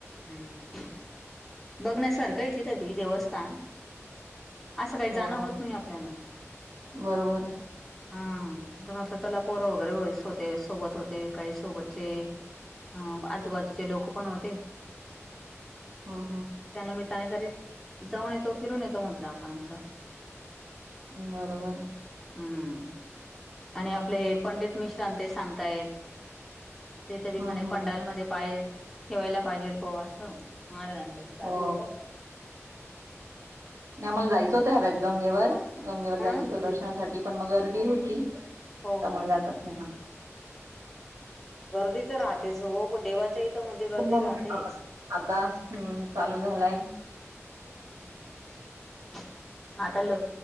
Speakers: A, in the centre; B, on the right (about 80°).
A: हम्म बघण्यासारखं आहे तिथबी देवस्थान असं काही जाणं
B: हो हो
A: होत नाही आपल्याला
B: बरोबर आहे
A: हम मग चला पोरं वगैरे व्हायच होते सोबत होते काही सोबतचे ह आजूबाजूचे लोक पण होते
B: हम्म
A: त्या निमित्ताने तरी- जाऊन येतो फिरून येतो म्हटलं आपण असं-
B: बरोबर आहे?
A: हम्म आणि आपले पंडित मिश्रां ते सांगताय? तेथ बी
B: हम्म
A: म्हणे
B: हम्म
A: पंडालमध्ये पाय ठेवायला पाहिजेल ब असं- महाराजांचं मी चालू
B: हो
A: होत.
B: नाही मला जायचं होत हव्यात गंगेवर गंगेवर जायचं
A: अं
B: होतं दर्शनासाठी पण मग गर्दी होती. त्यामुळे
A: हो हो
B: जातच नाही मग?
A: गर्दी तर राहतेच हो देवाच्या इथं म्हणजे गर्दी
B: कुंभमेळा
A: राहतेच!
B: आता हम चालू झालाय?
A: हम्म आता लो